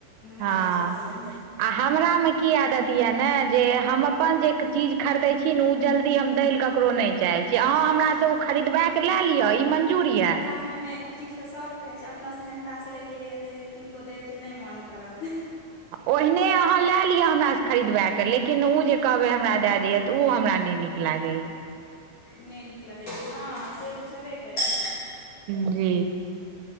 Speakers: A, on the right (about 85°); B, on the left (about 60°).
A: हँ
B: मानै छथिन।
A: आ हमरामे की आदत यए ने। जे हम अपन जे चीज खरीदै छी। ने ओ जल्दी हम दै लए ककरो नहि चाहै छी। अहाँ हमराँ
B: हँ
A: खरीदबैके लए लिअ ई मञ्जूर यऽ।
B: मे नहि ओ चीज तऽ सभ कहै छै। अपना सहनताासँ लेलियै। ह तऽ किनको दैके नहि मोन करत।
A: ओहिहने अहाँ ले लिअ हमरा से खरीदबा के लेकिन। कहबे हमरा
B: हँ
A: दय दैया। तऽ ओ हमरा नहि नीक लागैया।
B: नहि निकल दै छै। हँ से तऽ छेबे करै।
A: जी